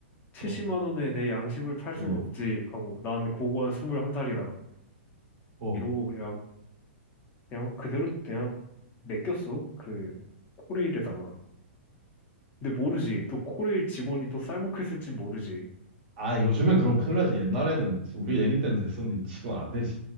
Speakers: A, on the left; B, on the right.
A: 70만
B: 어,
A: 원에 내 양심을 팔 수는
B: 그래.
A: 없지 하고 난 고고한 21살이다
B: 어.
A: 이러고 그냥 그냥 그대로 그냥 맡겼어 그 코레일에다가 근데 모르지 또 코레일 직원이 또 쌀먹했을진 모르지
B: 아, 요즘엔 그럼 큰일 나지. 옛날에는, 우리 얘기 때는 됐었는데, 지금 안 되지.